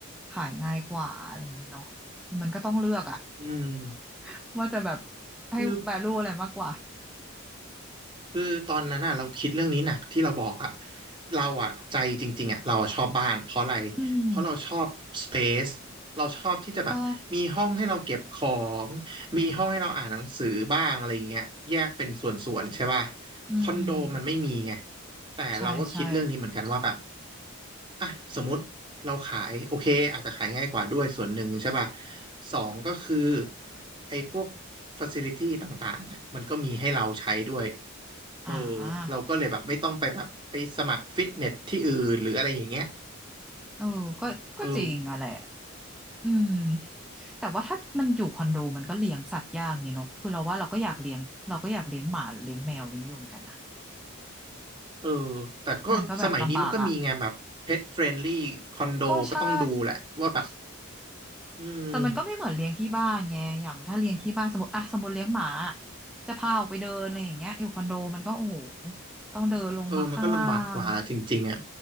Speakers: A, in the centre; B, on the right (about 25°).
A: ขายง่ายกว่าอะไรอย่างเงี้ยเนาะคือมันก็ต้องเลือกอ่ะ
B: อืม
A: <laughs> ว่าจะแบบให้
B: คือ
A: value อะไรมากกว่า
B: คือตอนนั้นอ่ะเราคิดเรื่องนี้หนักที่เราบอกอ่ะเราอ่ะใจจริงๆอ่ะเราอะชอบบ้านเพราะอะไร
A: อืม
B: เพราะเราชอบสเปซเราชอบที่จะแบบมีห้องให้เราเก็บของมีห้องให้เราอ่านหนังสือบ้างอะไรอย่างเงี้ยแยกเป็นส่วนๆใช่ป่ะ
A: ใช่ อืม
B: คอนโดมันไม่มีไงแต่เราก็คิดเรื่องนี้เหมือนกันว่าแบบ
A: ใช่ใช่
B: อ่ะสมมติเราขายโอเคอาจจะขายง่ายกว่าด้วยส่วนหนึ่งใช่ป่ะสองก็คือไอ้พวก facility ต่างๆอะมันก็มีให้เราใช้ด้วย เออ
A: อ่า
B: เราก็เลยแบบไม่ต้องไปแบบไปสมัครฟิตเนสที่อื่นหรืออะไรอย่างเงี้ย
A: เออก็ก็จริงอะแหละ
B: เออ
A: อืมแต่ว่าถ้ามันอยู่คอนโดมันก็เลี้ยงสัตว์ยากอยู่เนอะคือเราว่าเราก็อยากเลี้ยงเราก็อยากเลี้ยงหมาหรือเลี้ยงแมวนี้อยู่เหมือนกันนะ
B: เออแต่ก็สมัยนี้มันก็มีไงแบบเพ
A: มันก็แบบลำบากอ่ะ
B: t เฟรนลี่คอนโดก็ต้องดูแหละว่าแบบ
A: ก็ใช่
B: อืม
A: แต่มันก็ไม่เหมือนเลี้ยงที่บ้านไงอย่างถ้าเลี้ยงที่บ้านสมมติอ่ะสมมติเลี้ยงหมาอจะพาออกไปเดินอะไรอย่างเงี้ยอยู่คอนโดมันก็โอ้โหต้องเดินลงมาข้างล่าง
B: เออมันก็ลำบากกว่าจริงๆอ่ะ